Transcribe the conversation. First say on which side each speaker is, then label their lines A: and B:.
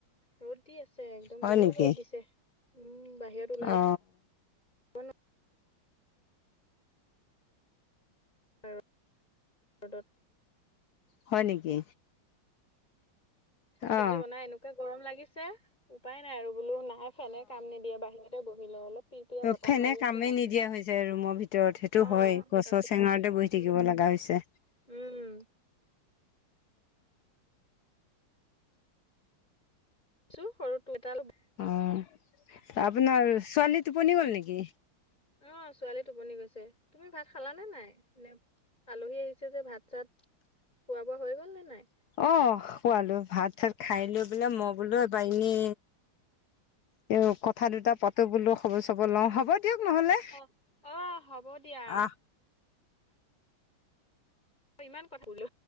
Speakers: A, on the left; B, on the left.
A: ৰ'দ দি আছে। একদম
B: হয়
A: বহুত
B: নেকি
A: ৰ'দ দিছে। উম বাহিৰত ওলাব
B: অ।
A: <unintelligible> <unintelligible>
B: হয় নেকি?
A: চব্জি
B: অ
A: বনাই এনেকুৱা গৰম লাগে ছে। উপায় নাই আৰু বোলো নাই ফেনে কাম নিদিয়ে বাহিৰতে বহি লও অলপ। পিৰপিৰা
B: তো
A: বতাহ
B: ফেনে
A: মাৰি
B: কামেই
A: আছে বাহিৰত
B: নিদিয়া হৈ যায় আৰু ৰুমৰ ভিতৰত। সেইটো
A: অ
B: হয় গছৰ
A: তাৰপিছত
B: চেঙাৰতে বহি থাকিব
A: উম
B: লগা হৈছে।
A: উম চো সৰুটো এটা লম।
B: অহ আপোনাৰ ছোৱালী টোপনি গ'ল নেকি?
A: অহ ছোৱালী টোপনি গৈছে। তুমি ভাত খালা নে নাই? নে আলহী আহিছে যে, ভাত চাত খোৱা বোৱা হৈ গ'ল নে নাই?
B: অ খোৱালো। ভাত চাত খাই লৈ বোলে মই বোলো এবা এনে এ কথা দুটা পাতো বোলো খবৰ চবৰ লওঁ। হ'ব দিয়ক নহলে।
A: অ অ হ'ব দিয়া
B: অহ।
A: অহ ইমান কথা বোলো।